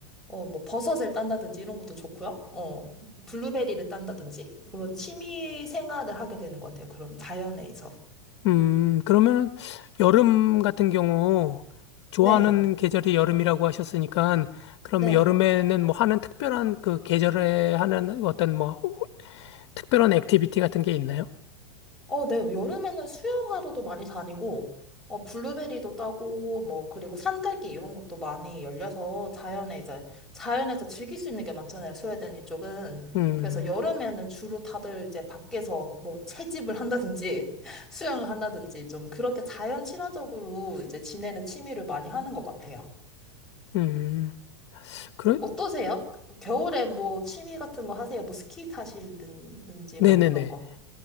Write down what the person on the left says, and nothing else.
음, 그러면 여름 같은 경우 좋아하는
계절이 여름이라고 하셨으니까 그러면
여름에는 뭐 하는 특별한 그 계절에 하는 어떤 뭐 특별한 액티비티 같은 게 있나요?
음,
음, 그래?
네네네.